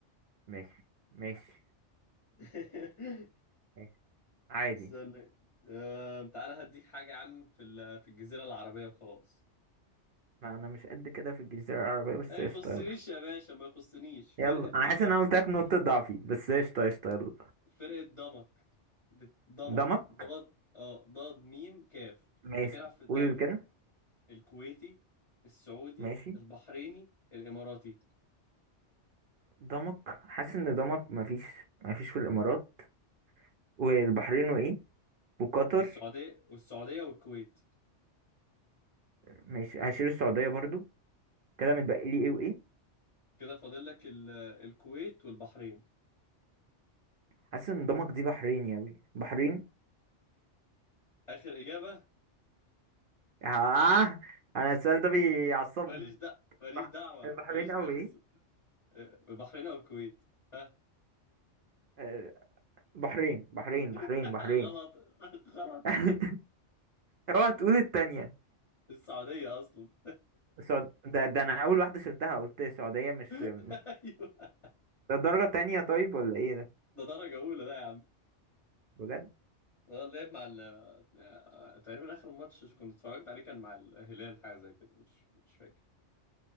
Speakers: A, on the right; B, on the left.
A: ماشي ماشي
B: <laughs>
A: ماشي عادي
B: استنى أه... تعالى هديك حاجة يا عم في ال... في الجزيرة العربية وخلاص
A: ما انا مش قد كده في الجنسيه العربيه بس
B: لا
A: قشطه
B: يخصنيش
A: يلا
B: يا باشا ما يخصنيش فرقة
A: يلا
B: ضمك
A: انا حاسس ان انا قلت لك نقطه ضعفي بس قشطه قشطه يلا
B: فرقة ضمك بت- ضمك
A: دمك
B: ضاد اه ضاد ميم كاف
A: ماشي
B: بتلعب في الدوري
A: قول كده
B: الكويتي السعودي
A: ماشي
B: البحريني الإماراتي
A: دمك حاسس ان دمك مفيش مفيش في الامارات والبحرين وايه وقطر
B: والسعودية والسعودية والكويت
A: ماشي هشيل السعوديه برضو كده متبقي لي ايه وايه
B: كده فاضل لك ال- الكويت والبحرين
A: حاسس ان دمك دي بحريني اوي بحرين
B: آخر إجابة
A: آه انا السؤال ده بيعصبني
B: ماليش دعوة ماليش
A: بح...
B: دعوة
A: البحرين
B: ماليش
A: اوي
B: أخص
A: ايه
B: آه، البحرين أو الكويت ها
A: آه، بحرين بحرين بحرين
B: <laughs>
A: بحرين
B: غلط <laughs> غلط
A: <laughs> اوعى تقول التانية
B: السعودية أصلا
A: السعود... ده ده انا اول واحدة شلتها قلت السعودية مش
B: <laughs>
A: مش-
B: أيوه
A: ده درجة تانية طيب ولا ايه ده
B: ده درجة أولى ده يا عم
A: بجد
B: اه اللعب مع ال آه، تقريبا اخر ماتش كنت اتفرجت عليه كان مع الهلال حاجه زي كده مش مش فاكر